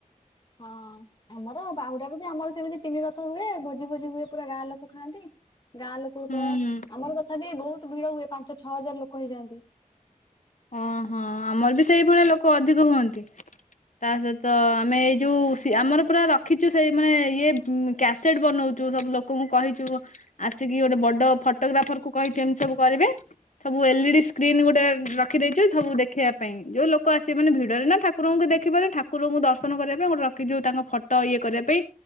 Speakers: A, on the left; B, on the left.
A: ହଁ। ଆମର ବାହୁଡାରେ ବି ଆମର ସେମିତି ତିନି ରଥ ହୁଏ, ଭୋଜି ଭୋଜି ହୁଏ ପୁରା ଗାଁ ଲୋକ ଖାଆନ୍ତି୍। ଗାଁ ଲୋକ କୁ
B: ହୁଁ
A: ତ,
B: ହୁଁ।
A: ଆମର ଦେଖାଯାଏ ବହୁତ ଭିଡ ହୁଏ, ପାଞ୍ଚ ଛଅ ହଜାର ଲୋକ ହେଇଯାଆନ୍ତି।
B: ଓହଁ, ଆମର ବି ସେଇଭଳିଆ ଲୋକ ଅଧିକ ହୁଅନ୍ତି। ତା ସହିତ ଆମେ ଏଇ ଯୋଉ ଆମର ପୁରା ର ରଖିଛୁ, ସେଇ ମାନେ ଇଏ କ୍ୟାସେଟ ବନଉଛୁ, ସବୁ ଲୋକଙ୍କୁ କହିଛୁ ଆସିକି ଗୋଟେ ବଡ ଫଟୋଗ୍ରାଫର କୁ କହିଛନ୍ତି ସବୁ କରିବେ, ସବୁ ଏଲଇଡି ସ୍କ୍ରନ୍ ଗୋଟେ ରଖ ଛି, ସବୁ ଦେଖିବା ପାଇଁ, ଯୋଉ ଲୋକ ଆସିବେ ନା ଭିଡରେ ନା ଠାକୁରଙ୍କୁ କିଏ ଦେଖିିପାରି ଠାକୁରଙ୍କୁ ଦର୍ଶନ କରିବା ପାଇଁ ଗୋଟେ ରଖ କି ଯୋଉ ତାଙ୍କ ଫଟୋ ଇଏ କରିବା ପାଇଁ,